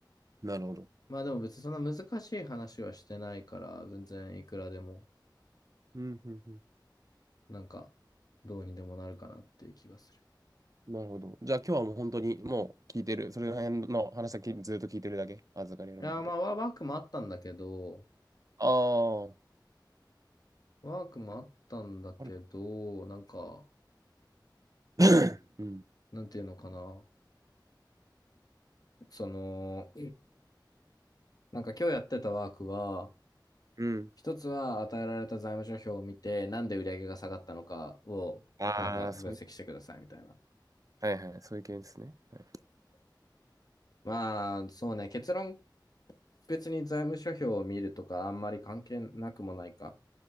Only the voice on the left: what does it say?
まあでも別にそんな難しい話はしてないから、全然いくらでも
なんか、どうにでもなるかなっていう気がする。
いやー、まあ、ワワークもあったんだけど、
ワークもあったんだけど、
なんか、
なんていうのかな。その、なんか今日やってたワークは、
一つは与えられた財務諸表を見て、なんで売上が下がったのかを、
なんか分析してくださいみたいな。
まあ、そうね、結論、別に財務諸表を見るとかあんまり関係なくもないか。